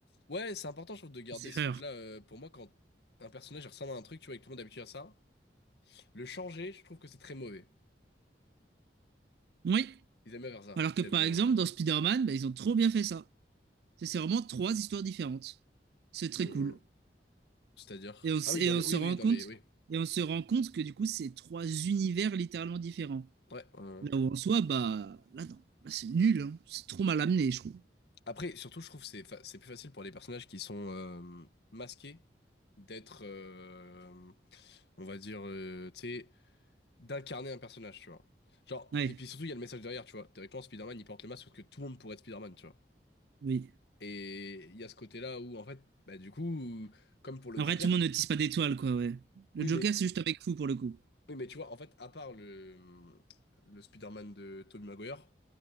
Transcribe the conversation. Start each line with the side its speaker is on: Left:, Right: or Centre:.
Left: Ouais, c'est important, je trouve, de garder
Right: C'est
Left: ce
Right: her.
Left: truc-là. euh, pour moi, quand un personnage ressemble à un truc, tu vois, et que tout le monde est habitué à ça, le changer, je trouve que c'est très mauvais.
Right: Oui.
Left: Ils aiment bien faire ça.
Right: Alors que
Left: Ils
Right: par
Left: aiment bien.
Right: exemple, dans Spider-Man, bah, ils ont trop bien fait ça. C'est c'est vraiment trois histoires différentes. C'est très
Left: euh,
Right: cool.
Left: euh, c'est-à-dire.
Right: Et on, s-
Left: Ah oui,
Right: et
Left: dans
Right: on
Left: les. Oui,
Right: se rend
Left: oui, dans
Right: compte,
Left: les. Oui.
Right: et on se rend compte que du coup, c'est trois univers littéralement différents.
Left: Ouais. euh.
Right: Là où en soi, bah, là, non, là, c'est nul, hein. C'est trop mal amené, je trouve.
Left: Après, surtout, je trouve que c'est fa- c'est plus facile pour les personnages qui sont euh, masqués d'être. euh, on va dire. euh, tu sais, d'incarner un personnage, tu vois. Genre,
Right: Ouais,
Left: et puis surtout, il y a le message derrière, tu vois. Théoriquement, Spider-Man, il porte le masque parce que tout le monde pourrait être Spider-Man, tu vois.
Right: oui.
Left: Et il y a ce côté-là où, en fait, bah, du coup, comme pour le
Right: Après,
Left: Joker,
Right: tout le monde ne tisse pas d'étoiles, quoi, ouais. Le
Left: oui,
Right: Joker,
Left: mais,
Right: c'est juste avec fou pour le coup.
Left: oui, mais tu vois, en fait, à part le, le Spider-Man de Tobey Maguire,